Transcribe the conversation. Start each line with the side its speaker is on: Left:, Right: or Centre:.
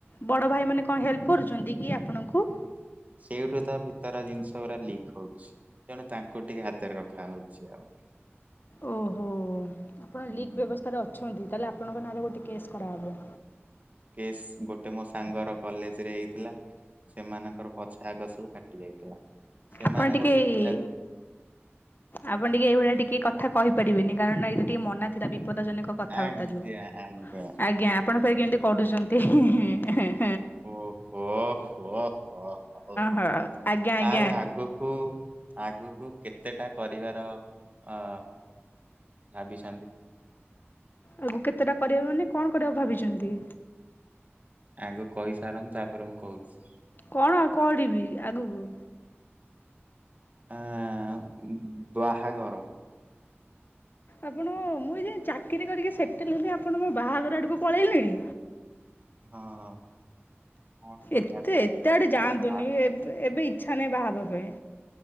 Left: ବଡ଼ ଭାଇମାନେ କଣ ହେଲ୍ପ କରୁଛନ୍ତି କି ଆପଣଙ୍କୁ?
Right: ସେଇଠୁ ତ ଭିତର ଜିନିଷ ଗୁରା ଲିକ୍ ହଉଛି ତେଣୁ ତାଙ୍କୁ ଟିକେ ହାତରେ ରଖା ହଉଛି ଆଉ।
Left: ଓହୋ ଆପଣ
Right: ହୁଁ।
Left: ଲିକ୍ ବ୍ୟବସ୍ଥାରେ ଅଛନ୍ତି ତାହେଲେ ଆପଣଙ୍କ ନାଁରେ ଗୋଟେ କେସ୍ କରାହବ।
Right: କେସ୍ ଗୋଟେ ମୋ ସାଙ୍ଗର କଲେଜ ରେ ହେଇଥିଲା। ସେମାନଙ୍କର ପଛ ଆଗ ସବୁ ଫାଟି ଯାଇଥିଲା। ସେମାନେ
Left: ଆପଣ ଟିକେ
Right: ଗୋଟେ ପିଲା
Left: ଏ ଆପଣ ଟିକେ ଏଇଭଳିଆ ଟିକେ କଥା କହି ପାରିବେନି କାରଣ ଏଇଟା ଟିକେ ମନା ଥିଲା ବିପଦଜନକ କଥାବାର୍ତ୍ତା
Right: ଆଜ୍ଞା
Left: ଯୋଉ
Right: ଆଜ୍ଞା
Left: ଆଜ୍ଞା ଆପଣ ଫେର୍ କେମିତି କରୁଛନ୍ତି ହେଁ ହେଁ ହେଁ
Right: ଓହୋ ହୋ ହ। ହଉ
Left: ହଁ ଆଜ୍ଞା ଆଜ୍ଞା
Right: ଆଉ ଆଗକୁ ଆଗକୁ କେତେଟା କରିବାର ଅ ଭାବିଛନ୍ତି।
Left: ଆଗକୁ କେତେଟା କରିବା ମାନେ କଣ କରିବାକୁ ଭାବିଛନ୍ତି।
Right: ଆଗ କହିସାରନ୍ତୁ ତାପରେ ମୁଁ କହୁଛି।
Left: କଣ ଆଉ କରିବି ଆଗକୁ।
Right: ଆଁ ବାହାଘର।
Left: ଆପଣ ମୁଁ ଏ ଯାଏ ଚାକିରି କରିକି ସେଟେଲ୍ ହେଲି ଆପଣ ମୋ ବାହାଘର ଆଡକୁ ପଳେଇଲେଣି।
Right: ହଁ କଣ କରିବା
Left: ଏତେ
Right: ଆଜିକାଲି
Left: ଏତେ
Right: ସବୁ
Left: ଆଡେ ଯାଆନ୍ତୁନି
Right: ଜିନିଷ
Left: ଏବ୍ ଏବେ ଇଚ୍ଛା ନାହିଁ ବାହାହବା ପାଇଁ।